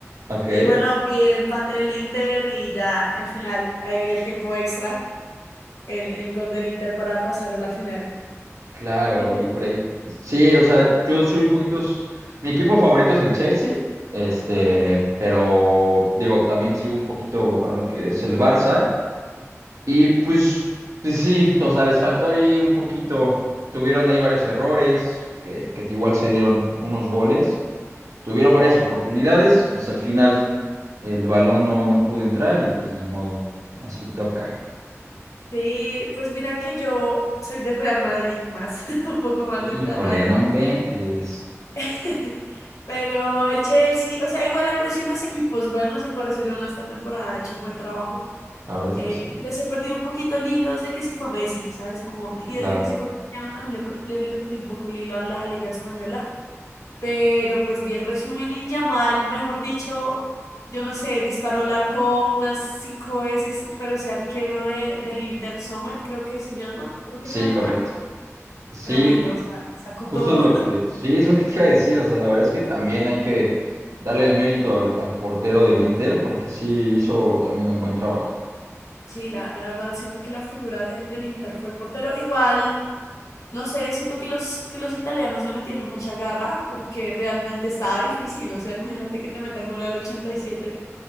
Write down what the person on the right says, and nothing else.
Ok,
claro,
y por ahí. Sí, o sea, yo soy un poquito. s- Mi equipo favorito es el Chelsea, este,
pero digo, también sigo un poquito a lo que es el Barça. Y pues, pues sí, o sea, les faltó ahí un poquito. Tuvieron ahí varios errores, que, que igual se dieron unos goles. Tuvieron varias oportunidades, pues al final el balón no, no pudo entrar y pues ni modo, así toca.
Híjole,
no inventes.
La verdad es
que sí,
claro.
Sí,
correcto. Sí,
justo
es lo que, sí, es lo que te iba a decir. O sea, la verdad es que también hay que darle el mérito al, al portero del Inter porque sí hizo también un buen trabajo.